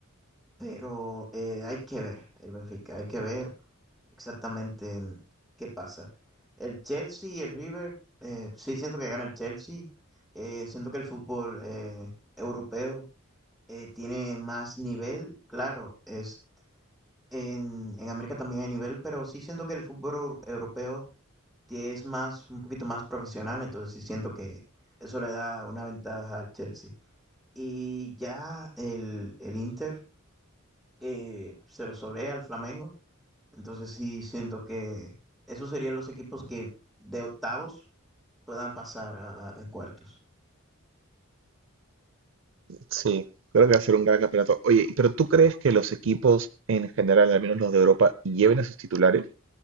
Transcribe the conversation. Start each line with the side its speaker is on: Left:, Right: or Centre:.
Centre: pero eh, hay que ver el Benfica, hay que ver exactamente en qué pasa. El Chelsea y el River, eh, sí siento que gana el Chelsea, eh, siento que el fútbol eh, europeo eh, tiene más nivel, claro, es en, en América también hay nivel, pero sí siento que el fútbol eu- europeo es más, un poquito más profesional, entonces sí siento que eso le da una ventaja al Chelsea. Y ya el, el Inter eh, se lo solea al Flamengo, entonces sí siento que esos serían los equipos que de octavos puedan pasar a, a- a cuartos.
Right: Sí, creo que va a ser un gran campeonato. Oye, pero ¿tú crees que los equipos en general, al menos los de Europa, lleven a sus titulares?